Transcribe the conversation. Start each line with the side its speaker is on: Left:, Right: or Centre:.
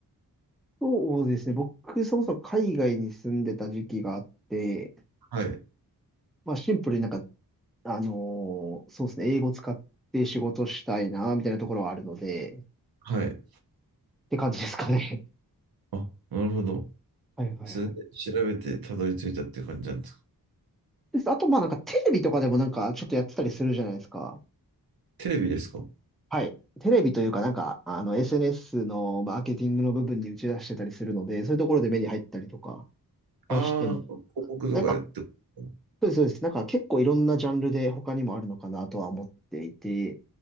Centre: そうですね。僕、そもそも海外に住んでた時期があって、
Right: はい。
Centre: まあシンプルになんか、あのーそうですね、英語使って仕事したいな、みたいなところはあるので、っ
Right: はい。
Centre: て感じですかね。
Right: あ、なるほど。
Centre: <laughs> はいはいはい。
Right: それで調べてたどり着いたって感じなんですか。
Centre: です。あと、まあなんかテレビとかでもなんかちょっとやってたりするじゃないですか。
Right: テレビですか
Centre: はい。テレビというか、なんか、あの、SNS のマーケティングの部分に打ち出してたりするので、そういうところで目に入ったりとかはしてます。
Right: ああー、広告とかでってことか
Centre: なんか、そうです、そうです。なんか結構いろんなジャンルで他にもあるのかなとは思っていて、